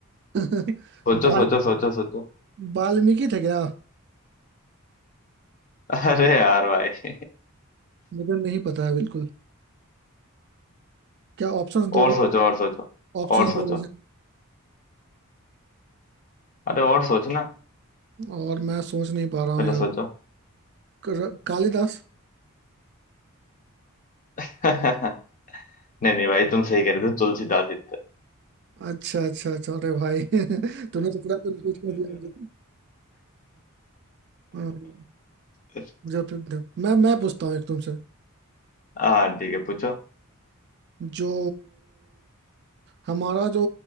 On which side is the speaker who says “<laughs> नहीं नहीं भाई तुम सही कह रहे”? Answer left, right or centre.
Left